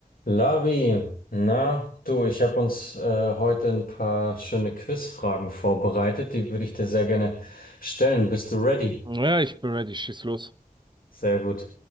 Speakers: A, on the left; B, on the right.
A: Lavi, na du, ich habe uns äh, heute ein paar schöne Quizfragen vorbereitet, die würde ich dir sehr gerne stellen. Bist du ready?
B: Ja, ich bin ready, schieß los.
A: Sehr gut.